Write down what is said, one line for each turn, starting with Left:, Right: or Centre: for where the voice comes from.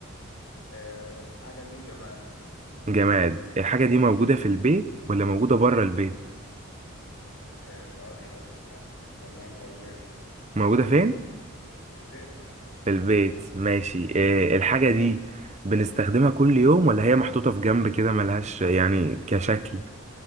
Left: آه الحاجة دي جماد
Right: جماد الحاجة دي موجودة في البيت ولا موجودة بره البيت
Left: آه سؤال حلو ماشي بنستخدمها جوه البيت
Right: موجودة فين
Left: في البيت
Right: في البيت ماشي إيه الحاجة دي بنستخدمها كل يوم ولا هي محطوطة في جنب كده ملهاش يعني كشكل